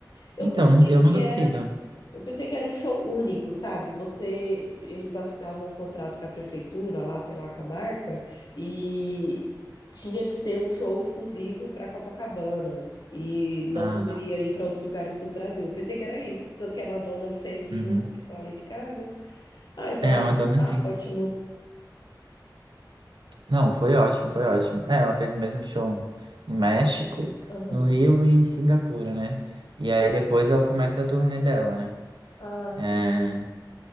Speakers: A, on the left (about 65°); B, on the right (about 80°).
A: Eu
B: Então,
A: pensei
B: eu
A: que
B: não duvido.
A: era, eu pensei que era um show único, sabe? Você, eles assinavam um contrato com a prefeitura, lá, sei lá, com a marca, e tinha que ser um show exclusivo para Copacabana e não
B: Ah,
A: poderia
B: não.
A: ir para outros lugares do Brasil. Eu pensei que era isso, tanto que a Madonna fez o
B: Uhum.
A: show único, a Lady Gaga. Ah, e se
B: É,
A: ela
B: uma
A: voltar,
B: dona assim.
A: ótimo.
B: Não, foi ótimo, foi ótimo. É, ela fez o mesmo show no México,
A: Aham.
B: no Rio e em Singapura, né? E aí depois ela começa a turnê dela, né?
A: Ah, sim.
B: É,